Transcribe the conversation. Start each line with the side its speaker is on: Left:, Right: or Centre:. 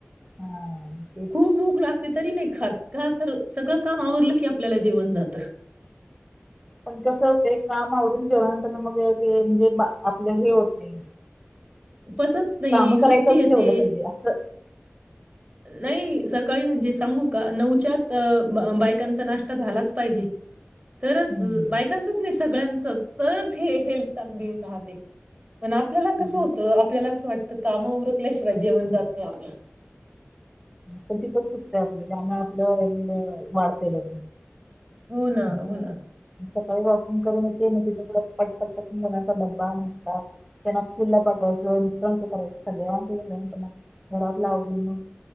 Centre: हा तेच
Right: खूप भूक लागते तरी नाही ख ख तर सगळं काम आवरलं की आपल्याला जेवण जात
Centre: पण कसं होते कामवरून जेवण त्यांना मग ते म्हणजे आपल्या हे होत नाही
Right: पचत नाही
Centre: काम करायच्या
Right: सुस्ती
Centre: आधी
Right: येते
Centre: जेवलं पाहिजे असं
Right: नाही सकाळी म्हणजे सांगू का नऊच्यात बायकांचा नाश्ता झालाच पाहिजे तरच
Centre: हम्म.
Right: बायकांचच नाही सगळ्यां तरच हे हेल्थ चांगली राहते पण आपल्याला कसं
Centre: हम्म.
Right: होतं आपल्याला असं वाटतं तर काम उरकल्याशिवाय जेवण जातय आपलं
Centre: पण तिथंच चुकतं आपलं त्याना आपलं वाढतेल
Right: हो ना होव ना
Centre: सकाळी वॉकिंग करून येते म ति पटपट पटून करण्याचा ड्बा नता त्यांना फिरला पाठवायच्या मिसण थना घरात लावली ना